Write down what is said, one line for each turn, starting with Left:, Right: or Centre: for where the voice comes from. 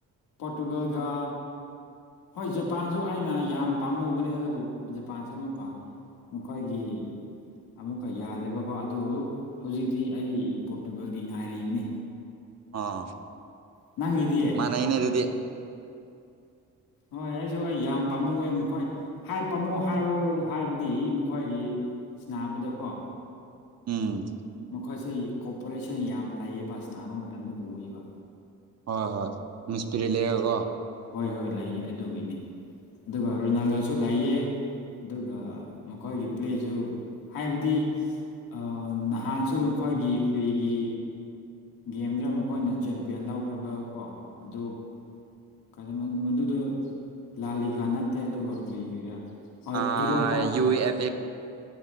Left: ꯄꯣꯔꯇꯨꯒꯜꯒ ꯍꯣꯏ ꯖꯄꯥꯟꯖꯨ ꯑꯩꯅ ꯌꯥꯝ ꯄꯥꯝꯃꯨꯕꯅꯦ ꯑꯗꯨꯕꯨ ꯖꯄꯥꯟꯁꯦ ꯑꯃꯨꯛꯀ ꯃꯈꯣꯏꯒꯤ ꯑꯃꯨꯛꯀ ꯌꯥꯗꯦꯕꯀꯣ ꯑꯗꯨ ꯍꯧꯖꯤꯛꯇꯤ ꯑꯩ ꯄꯣꯔꯇꯨꯒꯜꯒꯤ ꯉꯥꯏꯔꯤꯕꯅꯤ
Right: ꯑꯥ
Left: ꯅꯪꯒꯤ ꯗꯤ
Right: ꯃꯥꯅꯩꯅꯦ ꯑꯗꯨꯗꯤ
Left: ꯍꯣꯏ ꯑꯩꯖꯨ ꯑꯩ ꯌꯥꯝ ꯄꯥꯝꯃꯨꯑꯦ ꯃꯈꯣꯏ ꯍꯥꯏ ꯄꯥꯝꯃꯨ ꯍꯥꯏꯕ ꯍꯥꯏꯕꯗꯤ ꯃꯈꯣꯏꯒꯤ ꯁꯅꯥꯕꯗꯀꯣ
Right: ꯎꯝ
Left: ꯃꯈꯣꯏꯁꯤ ꯀꯣꯄꯔꯦꯁꯟ ꯌꯥꯝ ꯂꯩꯌꯦꯕ ꯁꯅꯥꯕ ꯃꯇꯝꯗ ꯎꯏꯌꯦꯕ
Right: ꯍꯣꯏ ꯍꯣꯏ ꯃꯤꯁꯄꯤꯔꯤ ꯂꯩꯔꯒꯀꯣ
Left: ꯍꯣꯏ ꯍꯣꯏ ꯂꯩꯌꯦ ꯑꯗꯨꯒꯤꯅꯤ ꯑꯗꯨꯒ ꯔꯣꯅꯥꯜꯗꯣꯁꯨ ꯂꯩꯌꯦ ꯑꯗꯨꯒ ꯃꯈꯣꯏꯒꯤ ꯄ꯭ꯂꯦꯖꯨ ꯍꯥꯏꯕꯗꯤ ꯑ ꯅꯍꯥꯟꯁꯨ ꯃꯈꯣꯏꯒꯤ ꯀ꯭ꯔꯤꯒꯤ ꯒꯦꯝꯗꯔ ꯃꯈꯣꯏꯅ ꯆꯦꯝꯄꯤꯌꯟ ꯂꯧꯈ꯭ꯔꯕ ꯀꯣ ꯑꯗꯨ ꯀꯥꯗꯃꯤꯛ ꯃꯗꯨꯗꯨ ꯂꯥꯜꯂꯤꯀꯥ ꯅꯠꯇꯦ ꯑꯗꯨꯒ ꯀꯔꯤ ꯀꯔꯤꯔꯥ ꯍꯣꯏ
Right: ꯑ
Left: ꯏꯔꯣꯄꯥ
Right: ꯌꯨ ꯑꯦꯞ ꯑꯦ